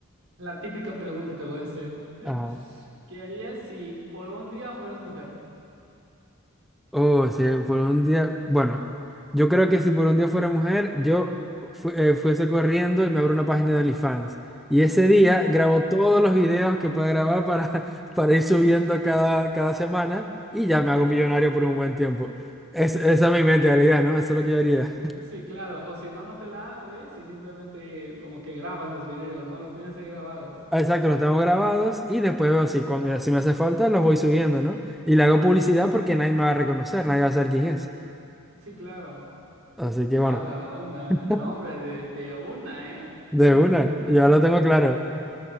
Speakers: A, on the right (about 65°); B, in the centre.
A: La típica pregunta te voy a hacer.
B: Ajá.
A: ¿Qué harías si por un día fueras mujer?
B: Oh, si por un día, bueno, yo creo que si por un día fuera mujer, yo fu- eh, fuese corriendo y me abro una página de OnlyFans. Y ese día grabo todos los videos que pueda grabar para, <laughs> para ir subiendo cada, cada semana y ya me hago millonario por un buen tiempo. Es, esa
A: <laughs>
B: es mi mentalidad, ¿no? Eso es lo que yo haría.
A: Sí, claro, o si no, no te la abres y simplemente como que grabas los videos, ¿no? Los tienes ahí grabados.
B: Ah, Exacto, los tengo grabados y después veo si, cuando, si me hace falta los voy subiendo, ¿no? Y le hago publicidad porque nadie me va a reconocer, nadie va a saber quién es.
A: Sí, claro.
B: Así que
A: A
B: bueno,
A: la onda,
B: <laughs>
A: eh, hombre, de, de una, ¿eh?
B: de
A: <laughs>
B: una, ya lo tengo claro.